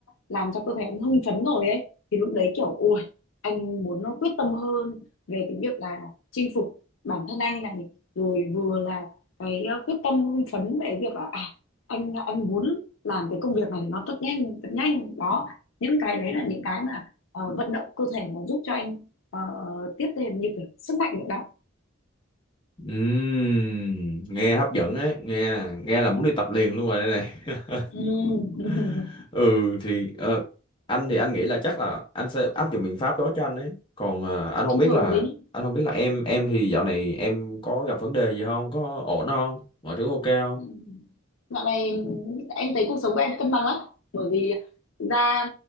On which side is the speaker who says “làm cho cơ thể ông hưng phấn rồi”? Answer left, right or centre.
Left